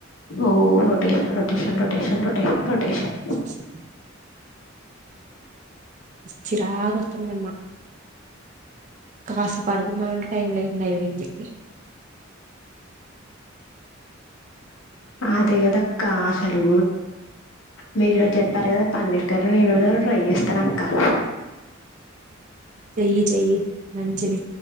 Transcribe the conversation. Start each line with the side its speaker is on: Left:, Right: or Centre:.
Left: ఓ rotation rotation rotation rotation rotation
Right: <unintelligible> చిరాకు వస్తుందమ్మా కాస్త పడుకున్నామంటే టైం లేకుండా అయ్యింది
Left: అదే కదక్క అసలు మీరు ఈరోజు చెప్పారు కదా పన్నీర్ కర్రీ నేను కూడా ట్రై చేస్తాను అక్క
Right: చెయ్యి చెయ్యి మంచిది